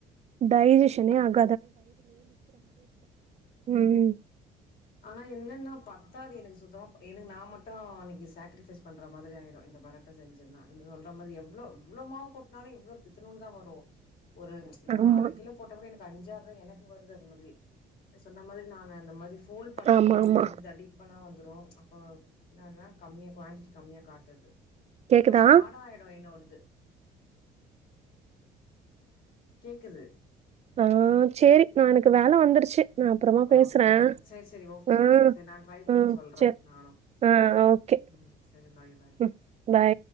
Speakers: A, on the right; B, on the left.
A: டைஜுஸனே ஆகா ம்.
B: ஆனா என்னனு பத் பத்தா எனக்கு சுத்தமா எனக்கு நா மட்டு இன்னைக்கு சேக்கிரிபைஸ் பண்ற மாதிரி ஆயிடு இந்த பரட்டை செசுன்னா சொல்ற மாரி எவ்ளோ இவ்வளவு மாவு கொட்டனாலும்வ்ளோ த்தணுனு தா வரும் ஒரு நால
A: ஆமா.
B: அரை கிலோ போட்ட கூட எனக்கு கஞ்சாதா எனக்கு வருது அது மாதிரி சொன்ன மாரி நானு அந்த மாரி போல் பண்ணுறில்ல
A: ஆமாமா.
B: அப்போ வந்து தடிப்பனா வந்துடும் அப்போ என்ன இருந்தால் கம்மியாக குவாடிட்டி கம்மியாக காட்டுது
A: கேக்குதா?
B: கொஞ்சோ ஹார்ட ஆயிடு என்னொடுது கேக்குது
A: ஆஹ் செரி நா எனக்கு வேல வந்துருச்சு நான் அப்புறமா
B: ஓ
A: பேசுறேன்.
B: அப்டியா செரி செரி ஓகே
A: ஆ,
B: ஓகே சரி நா ட்ரை பண்ணி
A: ம்.
B: சொல்றே
A: சரி.
B: நானு
A: ஆ ஓகே.
B: ம் சரி பாய் பாய்
A: ம். பை.